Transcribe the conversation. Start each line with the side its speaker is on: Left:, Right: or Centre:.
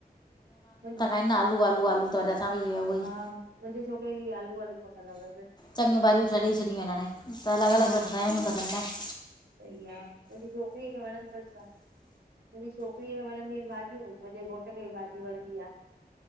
Right: मुंहिंजो
Left: हिन, आलू आलू आलू। त वरी असां बि उहो
Right: हा,
Left: ई
Right: मुंहिंजे छोकिरे खे बि आलू आलू खपंदा तसि।
Left: चङी भाॼियूं तरे ॾेई छॾियूं आहिनि हाणे, अलगि
Right: हा
Left: अलगि विझंदा
Right: चु
Left: आहियूं दॿनि में।
Right: सही आ, मुंहिंजी छोकिरीअ खे वणंदसि कान्। मुंहिंजी छोकिरीअ खे वणंदियूं इन भाॼियूं, मुंहिंजे घोट खे भाॼी वणंदी आ।